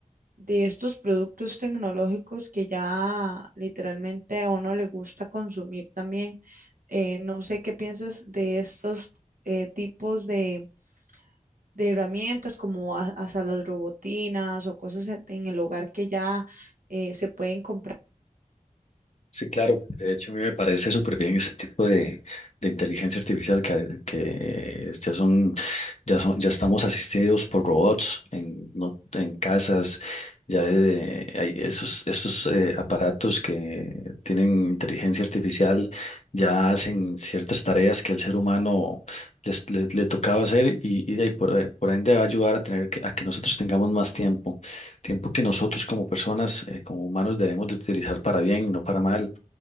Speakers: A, on the right (about 80°); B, on the left (about 55°).
A: de estos productos tecnológicos que ya literalmente a uno le gusta consumir también. Eh, no sé qué piensas de estos eh, tipos de... de herramientas como a- hasta las robotinas o cosas en en el hogar que ya eh, se pueden comprar
B: Sí, claro. De hecho, a mí me parece súper bien este tipo de, de inteligencia artificial que, que ya son, ya son, ya estamos asistidos por robots en, no- en casas, ya eh, hay esos, esos eh, aparatos que tienen inteligencia artificial, ya hacen ciertas tareas que el ser humano les- le, le tocaba hacer y, y de ahí por, por ende va a ayudar a tener que, a que nosotros tengamos más tiempo tiempo que nosotros como personas, eh, como humanos, debemos de utilizar para bien, no para mal